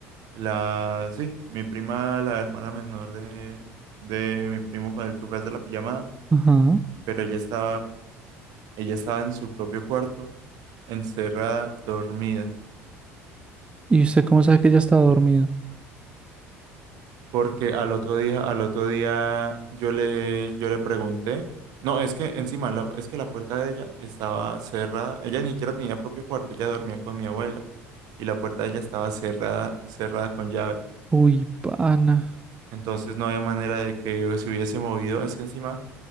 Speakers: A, on the right; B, on the right.
A: la... Sí, mi prima, la hermana menor de, de mi primo con el que fue a hacer la pijamada.
B: Ajá.
A: Pero ella estaba, ella estaba en su propio cuarto, encerrada, dormida.
B: ¿Y usted cómo sabe que ella estaba dormida?
A: porque al otro día, al otro día yo le, yo le pregunté, no, es que encima, la- es que la puerta de ella estaba cerrada, ella ni siquiera tenía propio cuarto, ella dormía con mi abuela y la puerta de ella estaba cerrada, cerrada con llave,
B: Uy, pana.
A: entonces no había manera de que se hubiese movido, es que encima,